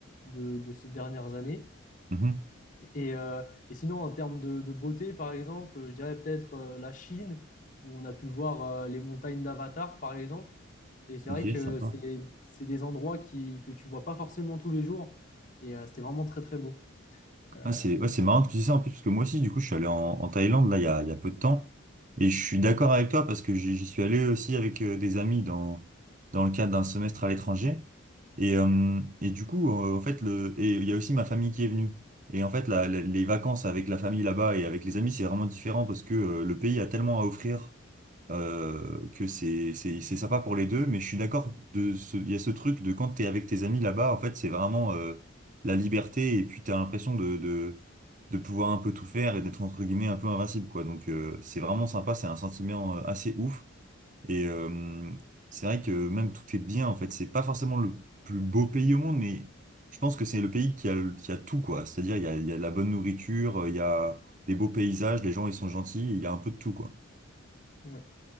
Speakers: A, on the left; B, on the right.
A: de, de ces dernières années.
B: Mhm.
A: Et, euh, et sinon, en termes de, de beauté, par exemple, euh, je dirais peut-être euh, la Chine, où on a pu voir euh, les montagnes d'Avatar, par exemple. Et c'est
B: Ok,
A: vrai que
B: sympa.
A: c'est, c'est des endroits qui, que tu vois pas forcément tous les jours. Et euh, c'était vraiment très, très beau. Euh,
B: Ah, c'est ouais, c'est marrant que tu dis ça en plus, parce que moi aussi, du coup, je suis allé en, en Thaïlande, là, il y a, il y a peu de temps. Et je suis d'accord avec toi, parce que j'y j'y suis allé aussi avec euh, des amis dans, dans le cadre d'un semestre à l'étranger. Et, euh, et du coup, euh, en fait, le, et il y a aussi ma famille qui est venue. Et en fait, la- la- les vacances avec la famille là-bas et avec les amis, c'est vraiment différent, parce que euh, le pays a tellement à offrir euh, que c'est c'est c'est sympa pour les deux, mais je suis d'accord de ce, il y a ce truc de quand t'es avec tes amis là-bas, en fait, c'est vraiment euh, la liberté et puis t'as l'impression de, de de pouvoir un peu tout faire et d'être entre guillemets un peu invincible quoi. Donc euh, c'est vraiment sympa, c'est un sentiment euh, assez ouf et euh, c'est vrai que même tout est bien en fait. C'est pas forcément le plus beau pays au monde, mais je pense que c'est le pays qui a le- qui a tout quoi. C'est-à-dire il y a il y a de la bonne nourriture, il y a des beaux paysages, les gens ils sont gentils, il y a un peu de tout quoi.
A: ouais.